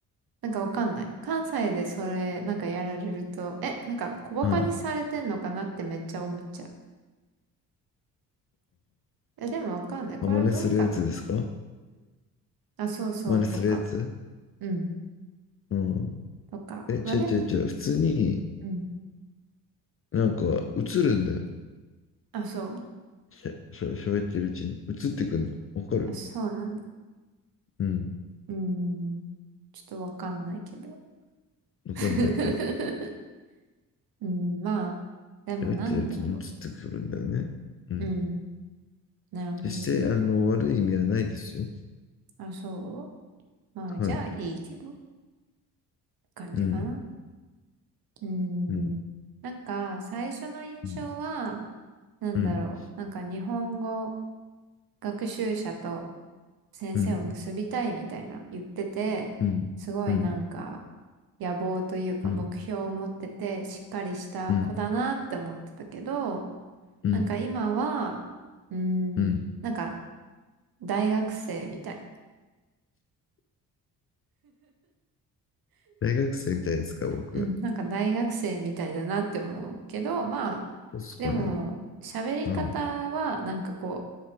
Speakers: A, on the right; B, on the left.
A: なんかわかんない。関西でそれ、なんかやられると、え、なんか小バカにされてんのかなってめっちゃ思っちゃう。
B: うん
A: え、でもわかんない。これは文化の、
B: あ、真似するやつですか
A: んあ、そうそうとか。
B: 真似するやつ
A: うん
B: うん。
A: とか。
B: え、違う違う違う。
A: まあでも、
B: 普通に、
A: うん。
B: なんか、映るんだよ。
A: あ、そう。
B: しゃ、しゃ、喋ってるうちに。映ってくるの。わかる
A: あ、そうなんだ。
B: うん。
A: うーん。ちょっとわかんないけど。
B: わかんないか。
A: <laughs> うん、まあ、でもなんだろ
B: 喋ってるうちに映ってくるんだよね。うん。
A: う。うん。なるほどね。
B: 決して、あの、悪い意味はないですよ。
A: あ、そうまあ、
B: はい。
A: じゃあいいけど、感じかな。
B: うん。
A: うーん。
B: うん。
A: なんか、最初の印象は、
B: うん
A: なんだろう。
B: うん
A: なんか日本語学習者と先生を結びたいみたいな言ってて、
B: うんうんうん
A: すごいなんか野望というか目標を持っててしっかりした子だなって思ってたけど、
B: うんうんうん
A: なんか今は、うー
B: うん
A: ん、なんか大学生みたい。
B: 大学生みたいですか、僕。
A: うん、なんか大学生みたいだなって思うけど、まあ、
B: そうっすかね。
A: でも喋り方はなんかこう、
B: はい、